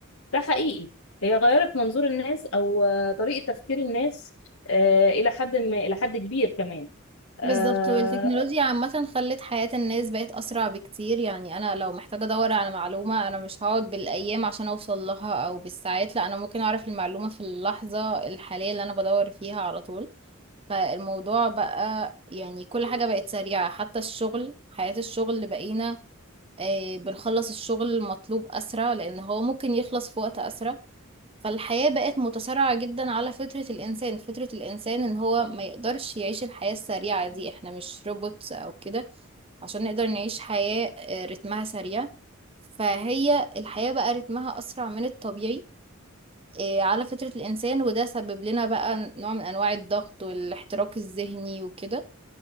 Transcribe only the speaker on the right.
بالظبط والتكنولوجيا عامة خلت حياة الناس بقت أسرع بكتير يعني أنا لو محتاجة أدور على معلومة أنا مش هقعد بالأيام عشان أوصل لها أو بالساعات لا أنا ممكن أعرف المعلومة في اللحظة الحالية اللي أنا بدور فيها على طول فالموضوع بقى يعني كل حاجة بقت سريعة حتى الشغل حياة الشغل بقينا آه، بنخلص الشغل المطلوب أسرع لأن هو ممكن يخلص في وقت أسرع فالحياة بقت متسارعة جدا على فطرة الإنسان فطرة الإنسان إن هو ما يقدرش يعيش الحياة السريعة دي إحنا مش روبوتس أو كده عشان نقدر نعيش حياة آه، رتمها سريع فهي الحياة بقى رتمها أسرع من الطبيعي آه، على فطرة الإنسان وده سبب لنا بقى نوع من أنواع الضغط والاحتراق الذهني وكده